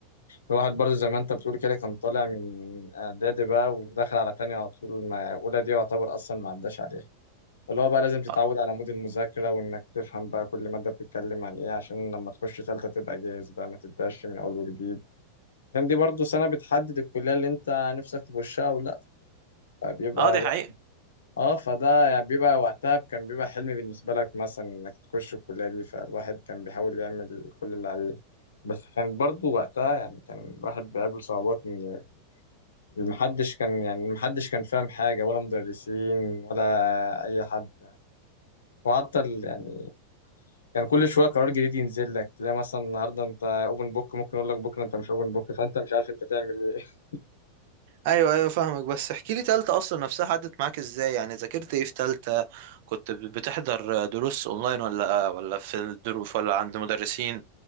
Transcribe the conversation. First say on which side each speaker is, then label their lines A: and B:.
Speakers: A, on the left (about 65°); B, on the right (about 50°).
A: والواحد برضو زي ما أنت بتقول كده كان طالع من إعدادي بقى وداخل على تانية على طول ما أولى دي يعتبر أصلا ما عداش عليها اللي هو بقى لازم تتعود
B: اه
A: على مود المذاكرة وإنك تفهم بقى كل مادة بتتكلم عن إيه عشان لما تخش تالتة تبقى جاهز بقى ما تبدأش من أول وجديد عشان دي برضو سنة بتحدد الكلية اللي أنت نفسك تخشها أو لأ فبيبقى
B: آه، دي
A: بقى
B: حقيقة
A: آه فده يعني بيبقى وقتها كان بيبقى حلم بالنسبة لك مثلا إنك تخش الكلية دي فالواحد كان بيحاول يعمل كل اللي عليه بس كان برضو وقتها يعني كان الواحد بيقابل صعوبات إن محدش كان يعني محدش كان فاهم حاجة ولا مدرسين ولا أي حد يعني وحتى ال- يعني كان كل شويه قرار جديد ينزل لك تلاقي مثلا النهارده انت اوبن بوك ممكن يقول لك بكره انت مش اوبن بوك فانت مش عارف انت تعمل ايه <laughs>
B: ايوه ايوه فاهمك بس احكي لي تالتة اصلا نفسها عدت معاك ازاي يعني ذاكرت ايه في تالتة كنت ب- بتحضر دروس اونلاين ولا آه، ولا في الدروس ولا عند مدرسين